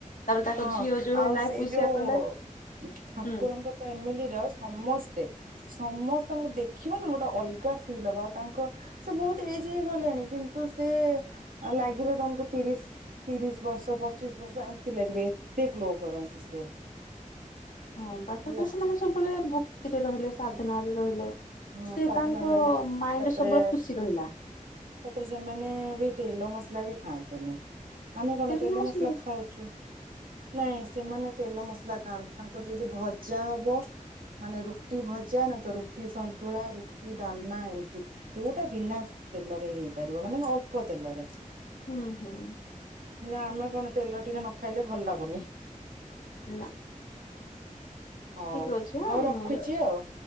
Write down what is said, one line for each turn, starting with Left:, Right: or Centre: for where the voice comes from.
Left: ତାପରେ ତାଙ୍କ
Right: ହଁ
Left: ଝିଅ ଯୋଉ
Right: ଆଉ
Left: ହେଲା
Right: ସେ
Left: ଏକୋଇଶିଆ
Right: ଯୋଉଁ
Left: କଲେ
Right: ଠାକୁରଙ୍କ
Left: ହୁଁ
Right: ଫ୍ୟାମିଲିର ସମସ୍ତେ ସମସ୍ତଙ୍କୁ ଦେଖିବ ନା ଗୋଟେ ଅଲଗା ଫିଲ୍ ହବ ଆଉ ତାଙ୍କ ସେ ବହୁତ ଏଜ ହେଇଗଲେଣି କିନ୍ତୁ କିନ୍ତୁ ସେ ଲାଗିବ ତମକୁ ତିରିଶ ତିରିଶ ବର୍ଷ ପଚିଶି ବର୍ଷ ଲାଗିବେ ଏତେ ଗ୍ଲୋ କରନ୍ତି ସେ।
Left: ହଁ ବା ତାଙ୍କରେ
Right: ହେଲା
Left: ସେମାନେ ସବୁବେଳେ ଭକ୍ତିରେ ରହିଲେ ସାଧନା ରେ ରହିଲେ।
Right: ହଁ
Left: ସେ
Right: ସାଧନା
Left: ତାଙ୍କ
Right: ରହିଲେ
Left: ମାଇଣ୍ଡରେ
Right: ତାପରେ
Left: ସବୁବେଳେ ଖୁସି ରହିଲା।
Right: ତାପରେ ସେମାନେ ବି ତେଲ ମସ ଖାଆନ୍ତିନି ଆମେ କଣ
Left: ତେଣୁ
Right: ତେଲ
Left: ମୁଁ
Right: ମସଲା
Left: ସେ
Right: ଖାଉଛୁ ନାଇଁ ସେମାନେ ତେଲ ମସଲା ଖାଆନ୍ତୁ। ତାଙ୍କର ଯଦି ଭଜା ହବ ମାନେ ରୁଟି ଭଜା ନାହିଁତ ରୁଟି ସନ୍ ସାନ୍ତୁଳା। ରୁଟି ଡାଲମା ଏମିତି ଯୋଉଁଟା ବିନା ତେଲରେ ହେଇପାରିବ ମାନେ ଅଳ୍ପ ତେଲରେ
Left: ହ୍ନୁ ହ୍ନୁ।
Right: ହେଲେ ଆମେ କଣ ତେଲ ଟିକେ ନ ଖାଇଲେ ଭଲ ଲାଗୁନି।
Left: ନା।
Right: ହଉ
Left: ଠିକ ଅଛି ହଁ
Right: ହଉ
Left: ମୁଁ
Right: ରଖୁଛି
Left: ଯାଉ
Right: ଆଉ।